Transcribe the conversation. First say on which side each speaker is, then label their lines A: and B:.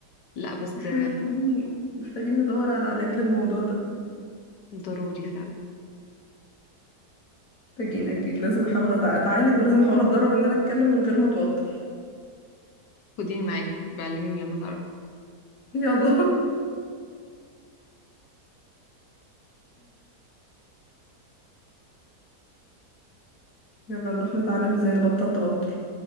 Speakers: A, on the left; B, on the left.
A: لا بس
B: احنا محتاجين محتاجين ندور على علاج للموضوع ده
A: ضروري فعلا
B: محتاجين اكيد لازم احاول أتع- اتعالج ولازم احاول اتدرب ان انا اتكلم من غير ما اتوتر
A: خديني معاكي بعلميني لما تعرفي
B: يلا <laughs> يلا نروح نتعلم ازاي نبطل توتر